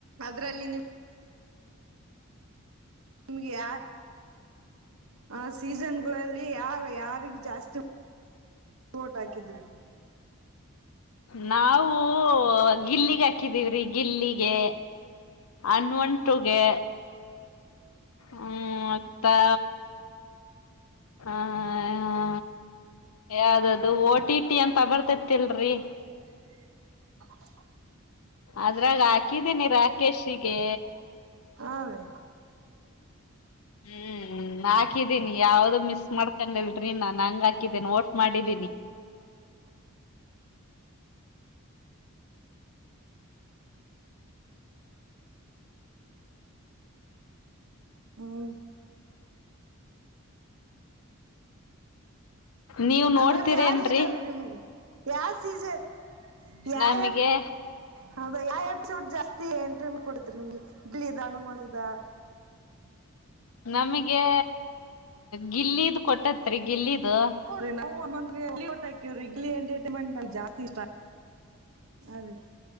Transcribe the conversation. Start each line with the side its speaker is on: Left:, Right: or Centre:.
Right: ಅದ್ರಲ್ಲಿ ನಿಮ.. ನಿಮ್ಗೆ ಯಾ.. ಆ ಸೀಸನ್ಗಳಲ್ಲಿ ಯಾರ ಯಾರಿಗೆ ಜಾಸ್ತಿ... ವೋಟ್ ಹಾಕಿದಿ?
Left: ನಾವವು ಗಿಲ್ಲಿಗೆ ಹಾಕಿದೀವ್ರಿ ಗಿಲ್ಲಿಗೆ. ಹನುಮಂತ ಗೆ ಹ್ಮ್ ಮತ್ತ.. ಹಾ ಹಾ ಯಾವ್ದದು ಓಟಿಟಿ ಅಂತ ಬರ್ತೆತಿಲ್ಲ್ರಿ?
Right: <unintelligible>
Left: ಅದ್ರಾಗ ಹಾಕಿದೀನಿ ರಾಕೇಶಿಗೆ.
Right: ಹಾ ರೀ.
Left: ಹ್ಮ್ ಹಾಕಿದ್ದೀನಿ ಯಾವ್ದು ಮಿಸ್ ಮಾಡ್ಕೊಂಡಿಲ್ ರೀ ನಾನ್ ಹಂಗ ಹಾಕಿದ್ದೇನೆ ಓಟ್ ಮಾಡಿದ್ದೀನಿ.
Right: ಹಂ
Left: ನೀವ್
Right: ಅದ್ರಲ್ಲಿ
Left: ನೋಡ್ತೀರೇನ್ರಿ
Right: ಯಾರ್ ಇಷ್ಟಾರೀ ನಿಮಗ ಯ ಸೀಸನ್ ಯಾ
Left: ನಮಗೆ
Right: ಯ ಹಾ ಭೈಯಾ ಆ ಎಪಿಸೋಡ್ ಜಾಸ್ತಿ ಎಂಟರ್ಟೈನ್ಮೆಂಟ್ ಕೊಡ್ತ್ರಿ ನಮ್ಗ <unintelligible>
Left: ನಮಗೆ ಗಿಲ್ಲಿದ ಕೊಟ್ಟತ್ರಿ ಗಿಲ್ಲಿದು.
Right: <unintelligible> ಗಿಲ್ಲಿ ಎಂಟರ್ಟೈನ್ಮೆಂಟ್ ನಮ್ಗ ಜಾಸ್ತಿ ಇಷ್ಟ ಅದೇ